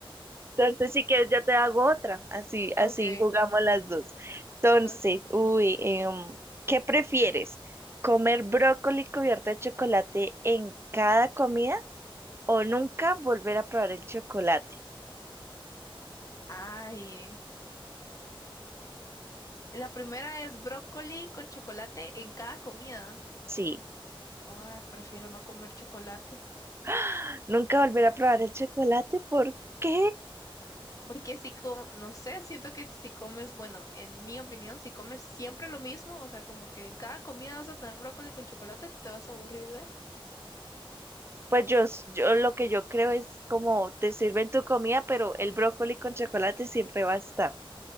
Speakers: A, on the right; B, on the left.
A: Entonces, si quieres, yo te hago otra, así, así
B: Ok,
A: jugamos las dos. Entonces,
B: ok.
A: uy, em, ¿qué prefieres? ¿Comer brócoli cubierto de chocolate en cada comida o nunca volver a probar el chocolate?
B: Ay. La primera es brócoli con chocolate en cada comida.
A: Sí,
B: Ay, prefiero no comer chocolate.
A: <gasps> nunca volver a probar el chocolate, ¿por qué?
B: Porque si com- no sé, siento que si comes, bueno, en mi opinión, si comes siempre lo mismo, o sea, como que en cada comida vas a tener brócoli con chocolate, te vas a aburrir de.
A: Pues yo, s- yo lo que yo creo es como te sirven tu comida, pero el brócoli con chocolate siempre va a estar.